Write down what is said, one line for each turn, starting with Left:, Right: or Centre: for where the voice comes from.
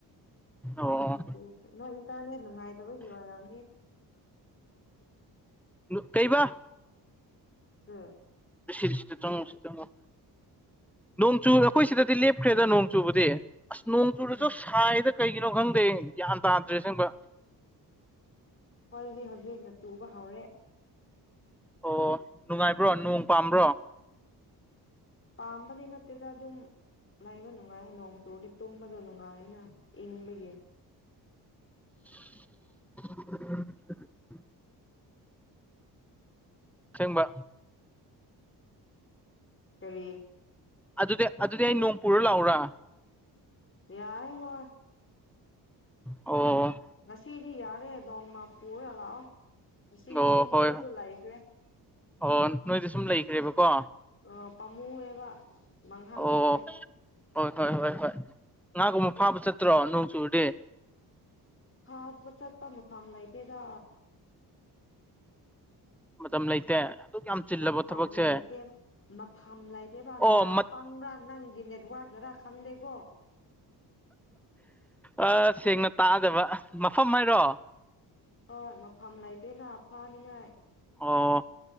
Centre: ꯑꯣ
Left: ꯅꯣꯡ ꯆꯨꯈ꯭ꯔꯦ ꯅꯣꯏ ꯏꯟꯇꯔꯅꯦꯠ ꯅꯨꯡꯉꯥꯏꯇꯕꯒꯤ ꯑꯣꯏꯔꯝꯅꯤ
Centre: ꯅꯣ ꯀꯩꯕꯥ
Left: <unintelligible>
Centre: ꯁꯤ ꯁꯤꯗ ꯆꯪꯉꯣ ꯁꯤ ꯆꯪꯉꯣ ꯅꯣꯡ ꯆꯨ ꯑꯩꯈꯣꯏ ꯁꯤꯗꯗꯤ ꯂꯦꯞꯈ꯭ꯔꯦꯗ ꯅꯣꯡ ꯆꯨꯕꯗꯤ ꯑꯁ ꯅꯣꯡ ꯆꯨꯨꯔꯁꯨ
Left: ꯎꯝ
Centre: ꯁꯥꯏꯗ ꯀꯩꯒꯤꯅꯣ ꯈꯪꯗꯦ ꯒ꯭ꯌꯥꯟ ꯇꯥꯗ꯭ꯔꯦ ꯑꯁꯦꯡꯕ
Left: ꯑꯩꯈꯣꯏꯗꯤ ꯍꯧꯖꯤꯛꯅ ꯆꯨꯕ ꯍꯧꯔꯦ
Centre: ꯑꯣ ꯅꯨꯡꯉꯥꯏꯕ꯭ꯔꯣ ꯅꯣꯡ ꯄꯥꯝꯕ꯭ꯔꯣ
Left: ꯄꯥꯝꯕꯗꯤ ꯅꯠꯇꯦꯗ ꯑꯗꯨꯝ ꯂꯩꯕ ꯅꯨꯡꯉꯥꯏ ꯅꯣꯡ ꯆꯨꯔꯗꯤ ꯇꯨꯝꯕꯗꯣ ꯅꯨꯡꯉꯥꯏꯅ ꯏꯪꯕꯒꯤ
Centre: <unintelligible> ꯑꯁꯦꯡꯕ
Left: ꯀꯔꯤ
Centre: ꯑꯗꯨꯗꯤ-ꯑꯗꯨꯗꯤ ꯑꯩ ꯅꯣꯡ ꯄꯨꯔ ꯂꯥꯛꯎꯔꯥ
Left: ꯌꯥꯏ ꯍꯣꯏ
Centre: ꯑꯣ
Left: ꯉꯁꯤꯗꯤ ꯌꯥꯔꯦ ꯅꯣꯡꯃ ꯄꯨꯔꯥꯒ ꯂꯥꯛꯑꯣ ꯉꯁꯤꯒꯤꯗꯤ
Centre: ꯑꯣ
Left: ꯑꯩꯈꯣꯏꯗꯁꯨ
Centre: ꯍꯣꯏ
Left: ꯂꯩꯈ꯭ꯔꯦ
Centre: ꯑꯣ ꯅꯣꯏꯗ ꯁꯨꯝ ꯂꯩꯈ꯭ꯔꯦꯕꯀꯣ
Left: ꯑ ꯄꯥꯝꯃꯨꯌꯦꯕ ꯃꯥꯡꯍꯟꯅꯤꯡꯗꯦ
Centre: ꯑꯣ ꯍꯣꯏ ꯍꯣꯏ ꯍꯣꯏ ꯍꯣꯏ ꯉꯥꯒꯨꯝꯕ ꯐꯥꯕ ꯆꯠꯇ꯭ꯔꯣ ꯅꯣꯡ ꯆꯨꯨꯔꯗꯤ
Left: ꯐꯥꯕ ꯆꯠꯄ ꯃꯐꯝ ꯂꯩꯇꯦꯗ
Centre: ꯃꯇꯝ ꯂꯩꯇꯦ ꯑꯗꯨꯛ ꯌꯥꯝ ꯆꯤꯜꯂꯕ
Left: ꯃꯐꯝ
Centre: ꯊꯕꯛꯁꯦ
Left: ꯂꯩꯇꯦꯕ ꯃꯐꯝ ꯂꯩꯇꯦꯕ
Centre: ꯑꯣ
Left: ꯅꯥ ꯄꯪꯕ꯭ꯔꯥ ꯅꯪꯒꯤ ꯅꯦꯠꯋꯥꯔꯛꯅꯔꯥ ꯈꯪꯗꯦꯀꯣ
Centre: ꯑꯥ ꯁꯦꯡꯅ ꯇꯥꯗꯕ ꯃꯐꯝ ꯍꯥꯏꯔꯣ
Left: ꯍꯣꯏ ꯃꯐꯝ ꯂꯩꯇꯦꯅ ꯐꯥꯅꯤꯡꯉꯥꯏ
Centre: ꯑꯣ